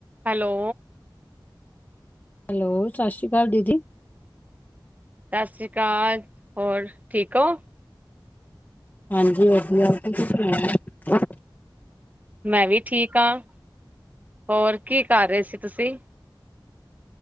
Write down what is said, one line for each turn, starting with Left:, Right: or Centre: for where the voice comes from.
Right: Hello
Left: hello ਸਤਿ ਸ਼੍ਰੀ ਅਕਾਲ ਦੀਦੀ
Right: ਸਤਿ ਸ਼੍ਰੀ ਅਕਾਲ ਹੋਰ ਠੀਕ ਹੋ
Left: ਹਾਂਜੀਧੀ ਕੀ ਸੁਣਾਣਾ
Right: ਮੈਂ ਵੀ ਠੀਕ ਹਾਂ ਹੋਰ ਕੀ ਕਰ ਰਹੇ ਸੀ ਤੁਸੀਂ